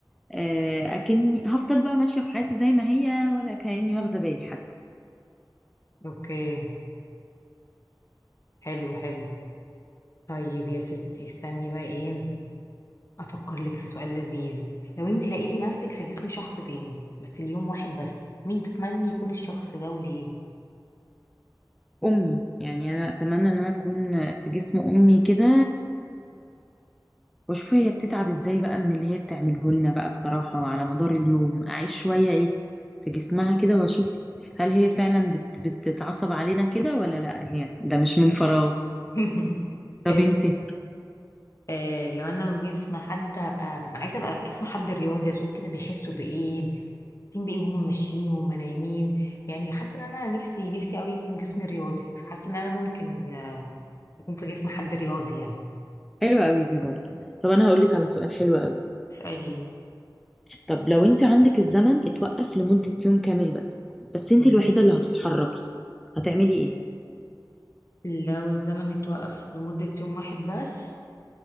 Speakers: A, in the centre; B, on the left.
A: آه، اكني هفضل بقى ماشيه في حياتي زي ما هي ولا كاني واخده بالي حتى
B: اوكي حلو حلو طيب يا ستي استني بقى ايه افكر لك في سؤال لذيذ لو انت لقيتي نفسك في جسم شخص تاني بس اليوم واحد بس مين تتمني يكون الشخص ده وليه
A: امي يعني انا اتمنى ان انا اكون في جسم امي كده واشوف هي بتتعب ازاي بقى من اللي هي بتعمله لنا بقى بصراحة على مدار اليوم اعيش شوية ايه في جسمها كده واشوف هل هي فعلا بت بتتعصب علينا كده ولا لا هي ده مش من فراغ
B: <laughs>
A: طب
B: حلو
A: انتي
B: آه، لو انا في جسم حد هبقى عايزه ابقى في جسم حد رياضي اشوف كده بيحسوا بايه حاسين بايه وهم ماشيين وهم نايمين يعني حاسه ان انا نفسي نفسي قوي يكون جسمي رياضي فحاسه ان انا ممكن آه، اكون في جسم حد رياضي يعني
A: حلوة قوي دي برضه طب انا هقول لك على سؤال حلو قوي
B: اسالي
A: طب لو انت عندك الزمن اتوقف لمدة يوم كامل بس بس انت
B: مم.
A: الوحيدة اللي هتتحركي هتعملي ايه
B: لو الزمن اتوقف لمده يوم واحد بس